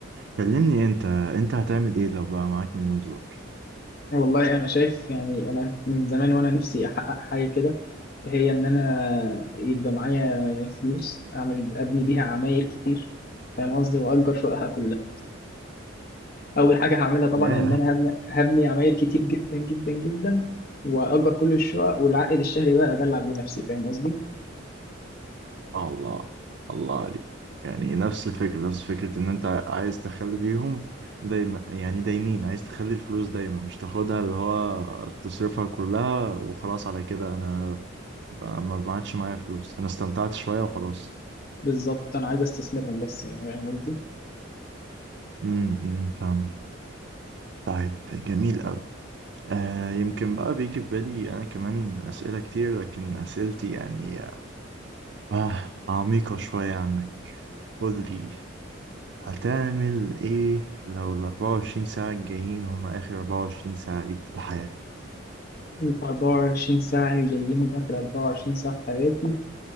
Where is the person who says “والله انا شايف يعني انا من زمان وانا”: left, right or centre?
Left